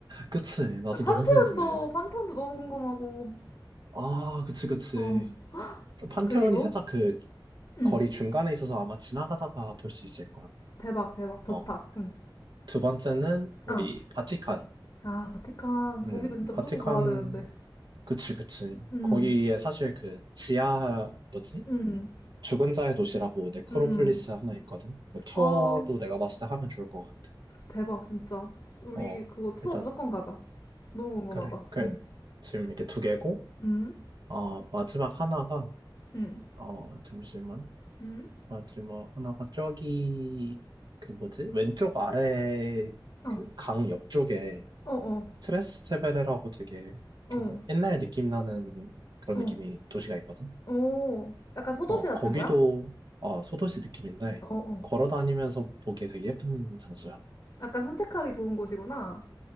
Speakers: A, on the right (about 60°); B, on the left (about 40°).
A: 그치, 나도
B: 판테온도,
A: 너무 궁금해.
B: 판테온도 너무 궁금하고.
A: 아, 그치, 그치.
B: 어,
A: 판테온이
B: 그리고,
A: 살짝 그
B: 응,
A: 거리 중간에 있어서 아마 지나가다가 볼 수 있을 거야.
B: 대박, 대박. 좋다.
A: 어.
B: 응,
A: 두 번째는 우리
B: 어.
A: 바티칸.
B: 아, 바티칸. 거기도
A: 음,
B: 진짜
A: 바티칸.
B: 무조건 가야 되는데.
A: 그치, 그치.
B: 응,
A: 거기에 사실 그 지하, 뭐지?
B: 응,
A: 죽은 자의 도시라고 네크로폴리스
B: 응, 응.
A: 하나 있거든. 그 투어도
B: 아,
A: 내가 봤을 때 하면 좋을 것 같아.
B: 대박, 진짜. 우리
A: 어,
B: 그거 투어
A: 일단,
B: 무조건 가자. 너무 궁금하다.
A: 그래. 그래.
B: 응,
A: 지금 이게 두 개고,
B: 응,
A: 어, 마지막 하나가,
B: 응,
A: 어, 잠시만.
B: 응.
A: 맞지 뭐 하나가 저기 그 뭐지 왼쪽 아래
B: 어,
A: 그 강 옆쪽에
B: 어, 어,
A: 트레스테베레라고 되게
B: 어,
A: 좀 옛날 느낌 나는 그런
B: 어.
A: 느낌이 도시가 있거든.
B: 오, 약간 소도시
A: 어
B: 같은
A: 거기도
B: 거야?
A: 어 소도시 느낌인데
B: 어, 어.
A: 걸어 다니면서 보기에 되게 예쁜 장소야.
B: 약간 산책하기 좋은 곳이구나.